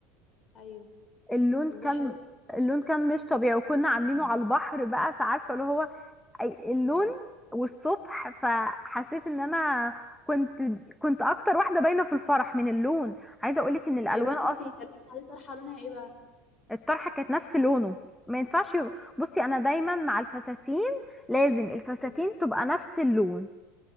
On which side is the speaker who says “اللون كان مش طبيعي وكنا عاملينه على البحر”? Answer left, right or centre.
Centre